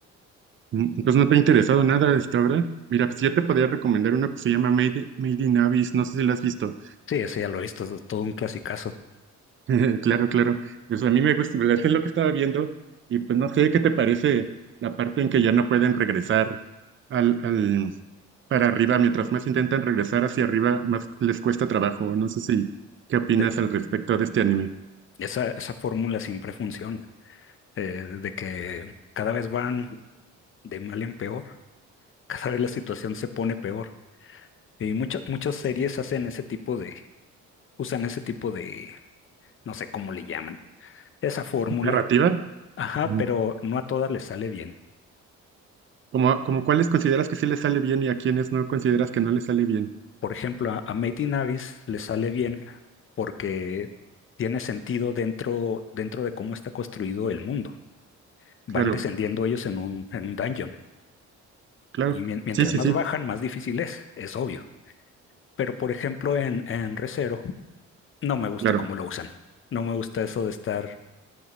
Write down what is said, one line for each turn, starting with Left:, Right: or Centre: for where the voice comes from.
Right: Mm, Entonces no te ha interesado nada hasta ahora. Mira, pues yo te podría recomendar una que se llama Made, Made in Abyss, no sé si la has visto.
Left: Sí, ese ya lo he visto, es todo un clasicazo.
Right: <laughs> Claro, claro. Pues a mí me gusta, ¿verdad? Es lo que estaba viendo y pues no sé qué te parece la parte en que ya no pueden regresar al, al para arriba, mientras más intentan regresar hacia arriba, más les cuesta trabajo. No sé si qué opinas
Left: Sí,
Right: al respecto de este anime.
Left: esa, esa fórmula siempre funciona, eh, de que cada vez van de mal en peor, <laughs> cada vez la situación se pone peor. Y muchas, muchas series hacen ese tipo de, usan ese tipo de, no sé cómo le llaman, esa fórmula.
Right: ¿Narrativa?
Left: Ajá,
Right: Ujú.
Left: pero no a todas les sale bien.
Right: ¿Como, como cuáles consideras que sí les sale bien y a quiénes no consideras que no les sale bien?
Left: Por ejemplo, a, a Made in Abyss le sale bien porque tiene sentido dentro, dentro de cómo está construido el mundo. Van
Right: Claro,
Left: descendiendo ellos en un, en un dungeon.
Right: claro.
Left: Y mien- mientras
Right: Sí, sí,
Left: más
Right: sí.
Left: bajan, más difícil es, es obvio. Pero, por ejemplo, en, en Re:Zero no me gusta
Right: Claro.
Left: cómo lo usan. No me gusta eso de estar